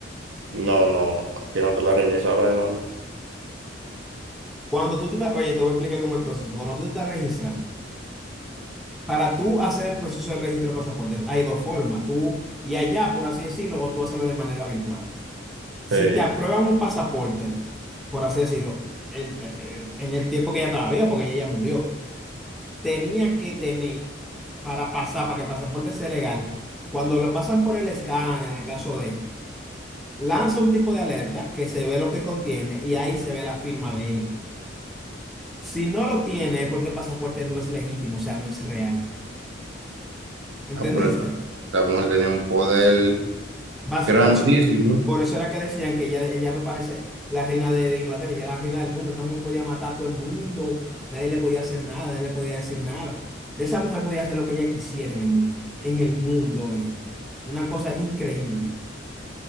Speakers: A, on the right (about 75°); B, in the centre.
A: no, no, aquí no está la reina Isabel, ¿no?
B: Cuando tú te estás, oye, te voy a explicar cómo es el proceso. Cuando tú te estás registrando, para tú hacer el proceso de registro de pasaportes, hay dos formas. Tú y allá, por así decirlo, o tú hacerlo de manera virtual. Si
A: Sí.
B: te aprueban un pasaporte, por así decirlo, el- el- en el tiempo que ella estaba viva, porque ella ya murió, tenía que tener para pasar, para que el pasaporte sea legal, cuando lo pasan por el escáner, en el caso de, lanza un tipo de alerta que se ve lo que contiene y ahí se ve la firma de ella. Si no lo tiene, es porque el pasaporte no es legítimo, o sea, no es real. ¿Entendiste?
A: Ah, pero esta- la mujer tenía un poder
B: Basi-
A: grandísimo.
B: por eso, por eso era que decían que ella, ella no parece la reina de, de Inglaterra, ella era la reina del mundo. Esa mujer podía matar a todo el mundo, nadie le podía hacer nada, nadie le podía decir nada. Esa mujer podía hacer lo que ella quisiera en el mundo, en el mundo, oye, ¿no? una cosa increíble.